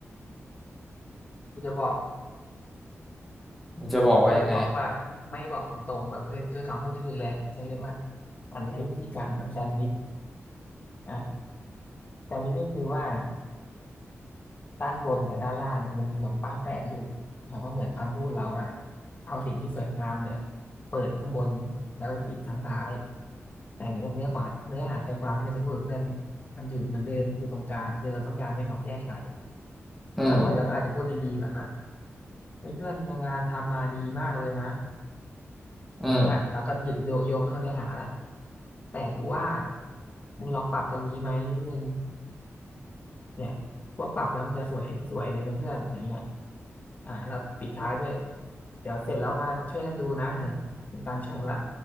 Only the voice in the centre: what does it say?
มึงจะบอกว่ายังไง
อืม
อืม